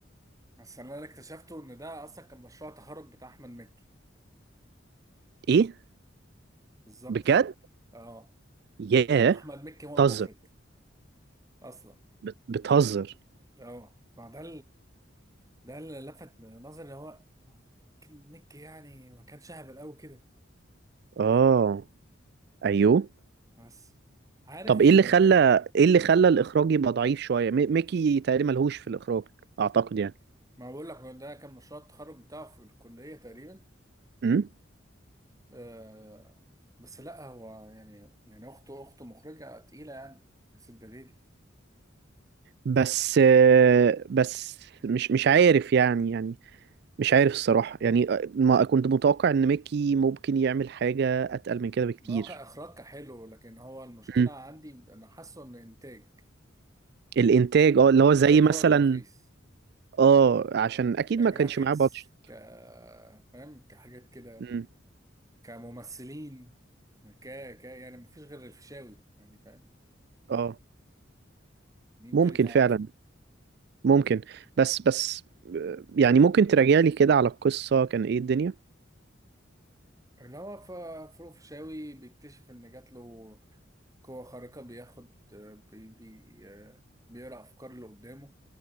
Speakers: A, on the right; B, on the right.
A: بس اللي أنا اكتشفته إن ده أصلا كان مشروع تخرج بتاع أحمد مكي
B: ايه
A: بالظبط
B: بجد
A: كده أه
B: ياه
A: وأحمد مكي هو
B: بتهزر
A: المخرج أصلا
B: بت- بتهزر
A: أه ما ده ده اللي لفت نظري اللي هو نيك يعني ما كانش اهبل قوي كده
B: اه ايوه
A: بس عارف
B: طب ايه اللي
A: آه،
B: خلى ايه اللي خلى الاخراج يبقى ضعيف شوية مي- ميكي تقريبا ملهوش في الاخراج اعتقد يعني
A: ما بقول لك ده كان مشروع التخرج بتاعه في الكلية تقريبا
B: مم.
A: آه بس لا هو يعني يعني اخته اخته مخرجة تقيلة يعني نسيب دي
B: بس آه، بس مش مش عارف يعني يعني مش عارف الصراحة يعني آه، ما كنت متوقع ان ميكي ممكن يعمل حاجة اتقل من كده بكتير
A: ما هو كإخراج كان حلو لكن هو المشكلة
B: مم.
A: عندي انا حاسه ان انتاج
B: الانتاج اه اللي
A: الانتاج
B: هو زي مثلا
A: هو اللي رخيص
B: اه عشان اكيد
A: كجرافيكس
B: ما كانش معاه بادجت
A: ك فاهم كحاجات كده
B: مم.
A: كممثلين ك ك يعني مفيش غير الفيشاوي يعني فاهم
B: اه
A: مين
B: ممكن
A: تاني تعرفه
B: فعلا ممكن بس بس آه، يعني ممكن تراجع لي كده على القصة كان ايه الدنيا
A: اللي هو ف- فروق فيشاوي بيكتشف ان جات له قوة خارقة بياخد آه، بي بي آه، بيقرأ افكار اللي قدامه